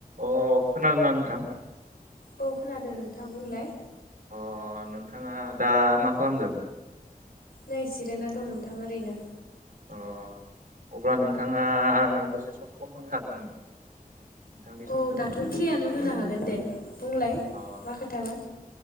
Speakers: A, on the right; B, on the left.
A: अ खोनादोंना नोंथां?
B: औ खोनादों नोंथां बुंलाय।
A: अ नोंथाङा दा मा खालामदों?
B: नै जिराया दं नोंथां ओरैनो।
A: अ अब्ला नोंथाङा <unintelligible> दसे सम सम होनो हागोन नामा? नोंथांनि
B: औ
A: समखौ।
B: दाथ' फ्रियानो होनो हागोन दे बुंलाय।
A: अ
B: मा खोथामोन